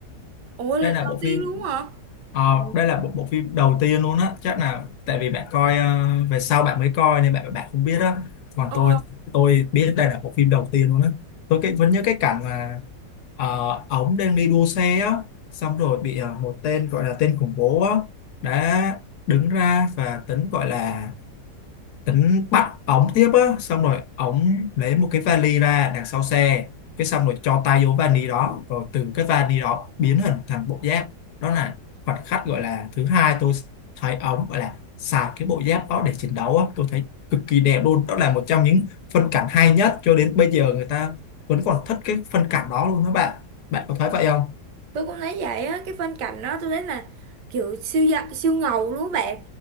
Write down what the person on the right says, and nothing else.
ủa lần
đầu
tiên luôn á hả
Ừ.
ờ
tôi cũng thấy vậy á cái phân cảnh đó tôi thấy là kiểu siêu dạ, siêu ngầu luôn các bạn